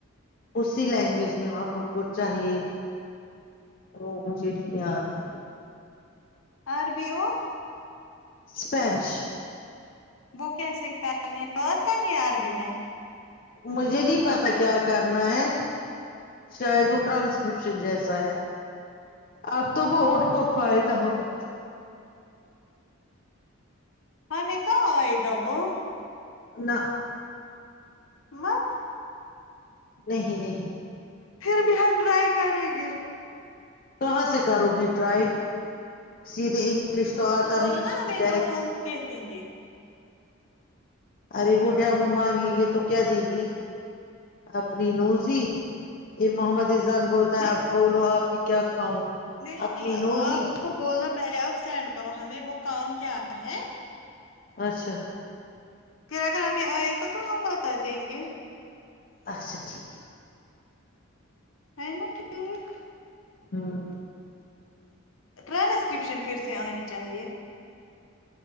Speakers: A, on the left; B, on the left.
A: اسی لینگویج میں اب ان کو چاہیے وہ مجھے نہیں اتا
B: آر بی اور
A: ایسپانچ
B: وہ کیسے کرنی بات کرنی عربی میں
A: مجھے نہیں پتا کیا کرنا ہے شاید وہ ٹرانسکرپشن جیسا ہے اپ تو وہ ان کو فائدہ ہو گا
B: ہمیں کہاں ائے گا وہ
A: نا
B: مت
A: نہیں نہیں
B: پھر بھی ہم ٹرائی کریں گے
A: کہاں سے کرو گی ٹرائی سیدھے پولیس
B: اس
A: تو اتا
B: کو بولو
A: نہیں
B: نا ہمیں
A: ڈائریکٹ
B: تو ہم دیکھیں گے
A: ارے وہ ڈمو مانگیں گے تو کیا دیں گے اپنی نوزی یہ محمد زان بولتا
B: نہیں
A: ہے اب بولو آ پی کیا کھاؤں
B: نہیں
A: اپنی
B: نہیں
A: نوزی
B: آپ اس کو بولنا پہلے آپ سینڈ کرو ہمیں وہ کام کیا ہے
A: اچھا
B: پھر اگر ہمیں آئے گا تو ہم بتا دیں گے
A: اچھا ٹھیک
B: ہے نا ٹھیک
A: ہمم
B: ٹرانسکرپشن پھر سے آنی چاہیے